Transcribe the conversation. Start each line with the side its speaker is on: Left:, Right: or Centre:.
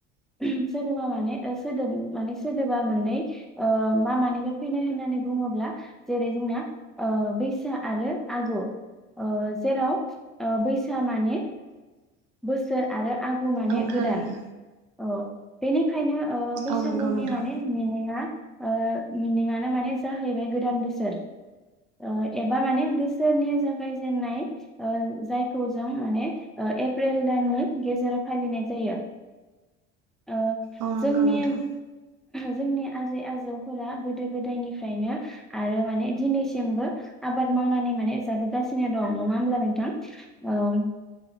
Centre: सोदोबा माने सोदोब माने सोदोबा ननानै मा मानिफ्राय फैनाय होननानै बुङोब्ला जेरै जोंना ओ बैसो आरो आगु। ओ जेराव बैसा माने बोसोर आरो आगु माने
Right: औ
Centre: गोदान
Right: थारैनो
Centre: औ बेनिखायनो ओ बैसागुनि
Right: औ नंगौ नोंथां।
Centre: माने मिनिंया ओ मिनिङानो माने जाहैबाय गोदान बोसोर ओ एबा माने बोसोरनि जागायजेननाय ओ जायखौ जों माने ओ ए एप्रिल दाननि गेजेराव फालिनाय जायो। ओ
Right: औ नंगौ
Centre: जोंनि
Right: नोंथां
Centre: जोंनि आजै आजौफोरा गोदो गोदायनिफ्रायनो आरो माने दिनैसिमबो आबाद मावनानै माने जाबोगासिनो दं नङा होमब्ला नोंथां ओं।